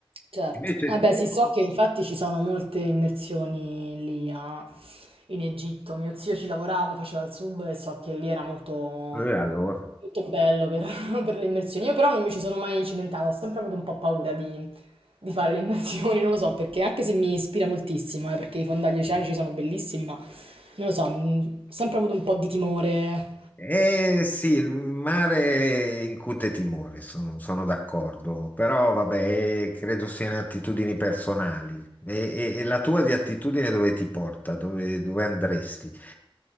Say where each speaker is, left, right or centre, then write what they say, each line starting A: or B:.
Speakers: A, on the right; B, on the left.
A: certo.
B: Invece
A: Eh
B: tu?
A: beh, sì, so che infatti ci sono molte immersioni lì a- in Egitto. Mio zio ci lavorava, faceva il sub e so che lì era molto,
B: Eh, allora.
A: Molto bello per, <laughs> per le immersioni. Io però non mi ci sono mai cimentata, ho sempre avuto un po' paura di, di fare le immersioni, non lo so, perché anche se mi ispira moltissimo, eh, perché i fondagli oceanici sono bellissimi, ma non lo so, mh, ho sempre avuto un po' di timore.
B: Eh sì, il mare incute timore, sono, sono d'accordo, però vabbè, credo siano attitudini personali. E, e- e la tua di attitudine dove ti porta? Dove, dove andresti?